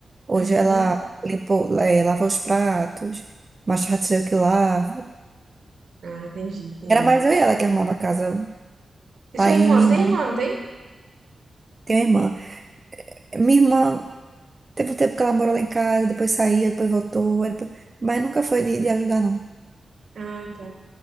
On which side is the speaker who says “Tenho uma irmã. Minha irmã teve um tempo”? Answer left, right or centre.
Right